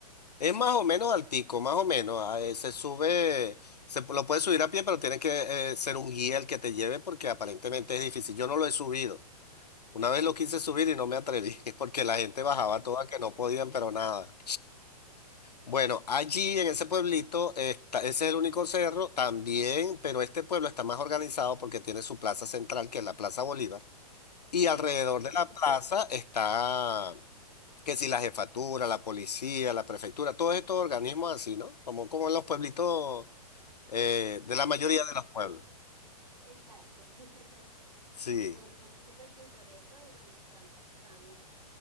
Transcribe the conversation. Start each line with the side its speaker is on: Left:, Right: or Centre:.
Left: Es más o menos altico, más o menos. ah, eh, se sube, se p- lo puedes subir a pie, pero tiene que eh, ser un guía el que te lleve porque aparentemente es difícil. Yo no lo he subido. Una vez lo quise subir y no me atreví <laughs> porque la gente bajaba
Right: <laughs>
Left: toda que no podían, pero nada. Bueno, allí en ese pueblito, está, ese es el único cerro también, pero este pueblo está más organizado porque tiene su plaza central, que es la Plaza Bolívar, y alrededor
Right: Ok.
Left: de la plaza está, que si la jefatura, la policía, la prefectura, todos estos organismos así, ¿no? Como, como en los pueblitos, eh, de la
Right: Sí,
Left: mayoría de los pueblos.
Right: exacto. <laughs>
Left: Sí.
Right: que son to- súper pintorescos y bueno, tan- están,